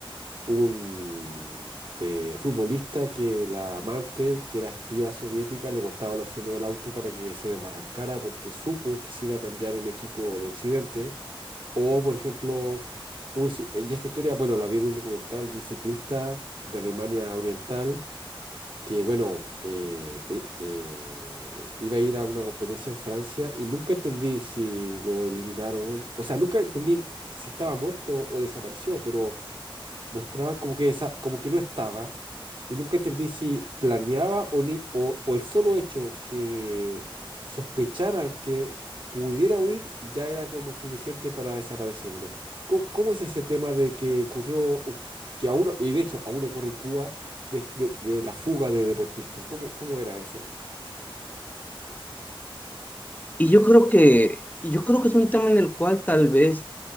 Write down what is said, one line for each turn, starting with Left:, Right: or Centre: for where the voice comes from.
Right: un eh, futbolista que la amante, que era espía soviética, le cortaba los frenos del auto para que se desbarrancara porque supo que se iba a cambiar un equipo de Occidente. O, por ejemplo, un ci- eh, y esta historia, bueno, la vi en un documental de un ciclista de Alemania Oriental que, bueno, eh, eh, eh, iba a ir a una competencia en Francia y nunca entendí si lo eliminaron, o sea, nunca entendí si estaba muerto o desapareció, pero mostraban como que, esa, como que no estaba. Y nunca entendí si planeaba o, ni, o, o el solo hecho que sospecharan que pudiera huir ya era como suficiente para desaparecerlo. ¿Cómo, cómo es ese tema de que ocurrió, o- que aún, y de hecho aún ocurre en Cuba, de, de- de la fuga de deportistas? ¿Cómo, cómo era eso?
Left: Y yo creo que, y yo creo que es un tema en el cual tal vez,